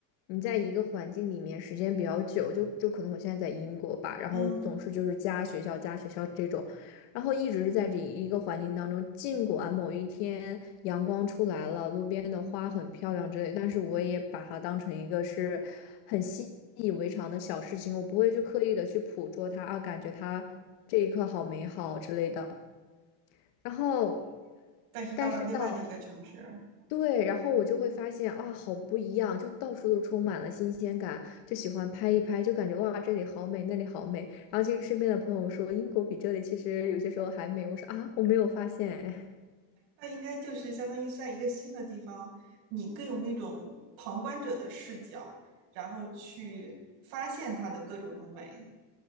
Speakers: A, on the left; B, on the right.
A: 你在一个环境里面时间比较久，就就可能我现在在英国吧，然后总是就是家学校家学校这种，
B: 嗯，
A: 然后一直是在这一个环境当中，尽管某一天阳光出来了，路边的花很漂亮之类，但是我也把它当成一个是很习以为常的小事情，我不会去刻意的去捕捉它啊，感觉它这一刻好美好之类的，然后
B: 但是到了另外的一个城市，
A: 但是到。对，然后我就会发现哇，好不一样，就到处都充满了新鲜感，就喜欢拍一拍，就感觉哇，这里好美，那里好美。然后其实身边的朋友说，英国比这里其实有些时候还美，我说啊，我没有发现
B: 那应该就是相当于在一个新的地方，你更有那种旁观者的视角，然后去发现它的各种的美。